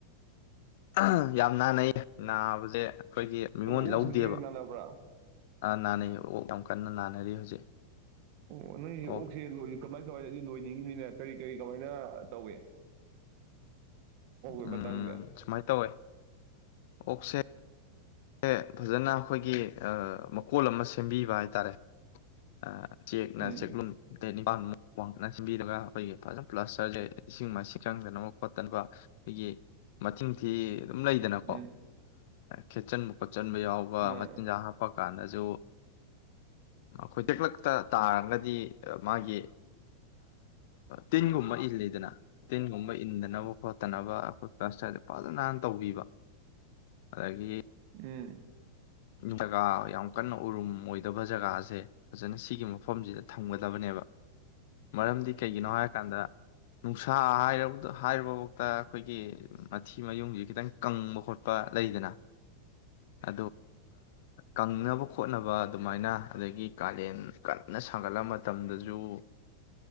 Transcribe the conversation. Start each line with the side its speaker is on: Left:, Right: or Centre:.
Left: ꯌꯥꯝ ꯌꯥꯝ ꯅꯥꯅꯩ ꯅꯥꯕꯁꯦ ꯑꯩꯈꯣꯏꯒꯤ ꯃꯤꯉꯣꯟ
Right: ꯑꯣ ꯑꯣꯛꯁꯦ
Left: ꯂꯧꯗꯦꯕ
Right: ꯍꯧꯖꯤꯛ ꯅꯥꯅꯕ꯭ꯔꯥ
Left: ꯅꯥꯅꯩ ꯑꯣ ꯌꯥꯝ ꯀꯟꯅ ꯅꯥꯟꯅꯔꯤ ꯍꯧꯖꯤꯛ
Right: ꯑꯣ ꯅ
Left: ꯑꯣꯛ
Right: ꯑꯣ ꯈꯦ ꯑꯣꯏ ꯀꯃꯥꯏ ꯀꯃꯥꯏꯅ ꯑꯩ ꯂꯣꯏꯅꯤꯡꯉꯤꯅꯤꯅ ꯀꯔꯤ ꯀꯔꯤ ꯀꯃꯥꯏꯅ ꯇꯧꯏ ꯑꯣꯛꯀꯤ
Left: ꯎꯝ
Right: ꯃꯇꯥꯡꯁꯦ
Left: ꯁꯨꯃꯥꯏꯅ ꯇꯧꯋꯦ ꯑꯣꯛꯁꯦ ꯁ ꯐꯖꯅ ꯑꯩꯈꯣꯏꯒꯤ ꯃꯀꯣꯜ ꯑꯃ ꯁꯦꯝꯕꯤꯕ ꯍꯥꯏꯇꯥꯔꯦ ꯑ ꯆꯦꯛꯅ
Right: ꯎꯝ
Left: ꯆꯦꯛꯂꯨꯝ ꯠ ꯅꯤꯄꯜꯃꯨꯛ ꯋꯥꯡꯈꯅ ꯁꯤꯟꯕꯤꯔꯒ ꯑꯩꯈꯣꯏꯒꯤ ꯐꯖꯅ ꯄ꯭ꯂꯥꯁꯇꯔꯁꯦ ꯏꯁꯤꯡ ꯃꯥꯏ ꯆꯪꯗꯅꯕ ꯈꯣꯠꯇꯅꯕ ꯑꯩꯈꯣꯏꯒꯤ ꯃꯊꯤꯡꯊꯤ ꯑꯗꯨꯝ ꯂꯩꯗꯅꯀꯣ
Right: ꯎꯝ
Left: ꯈꯦꯠꯆꯟꯕ ꯈꯣꯠꯆꯟ ꯌꯥꯎꯕ
Right: ꯃꯥꯅꯦ
Left: ꯃꯆꯤꯟꯖꯥꯛ ꯍꯥ ꯄ ꯀꯥꯟꯗꯁꯨ ꯈꯣꯏꯇꯦꯛꯂꯛꯇ ꯇꯥꯔꯒꯗꯤ ꯃꯥꯒꯤ ꯇꯤꯟꯒꯨꯝꯕ ꯏꯜꯂꯤꯗꯅ ꯇꯤꯟꯒꯨꯝꯕ ꯏꯟꯗꯅꯕ ꯈꯣꯠꯇꯅꯕ ꯑꯩꯈꯣꯏ ꯄ ꯐꯖꯅꯅ ꯇꯧꯕꯤꯕ ꯑꯗꯒꯤ
Right: ꯎꯝ
Left: ꯖꯒꯥ ꯌꯥꯝ ꯀꯟꯅ ꯎꯔꯨꯝ ꯑꯣꯏꯗꯕ ꯖꯒꯥꯁꯦ ꯐꯖꯅ ꯁꯤꯒꯤ ꯃꯐꯝꯁꯤꯗ ꯊꯝꯒꯗꯕꯅꯦꯕ ꯃꯔꯝꯗꯤ ꯀꯩꯒꯤꯅꯣ ꯍꯥꯏꯔꯀꯥꯟꯗ ꯅꯨꯡꯁꯥ ꯍꯥꯏ ꯍꯥꯏꯨꯔꯕꯐꯥꯎꯇ ꯑꯩꯈꯣꯏꯒꯤ ꯃꯊꯤ ꯃꯌꯨꯡꯁꯦ ꯈꯤꯇꯪ ꯀꯪꯕ ꯈꯣꯠꯄ ꯂꯩꯗꯅ ꯑ ꯀꯪꯅꯕ ꯈꯣꯠꯅꯕ ꯑꯗꯨꯃꯥꯏꯅ ꯑꯗꯒꯤ ꯀꯥꯂꯦꯟ ꯀꯟꯅ ꯁꯥꯒꯠꯂ ꯃꯇꯝꯗꯁꯨ